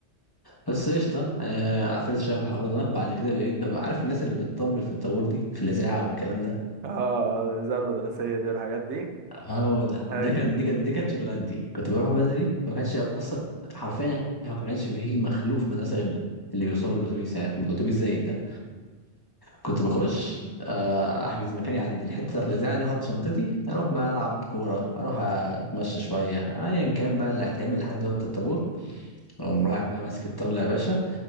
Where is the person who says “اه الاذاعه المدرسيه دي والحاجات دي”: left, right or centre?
Right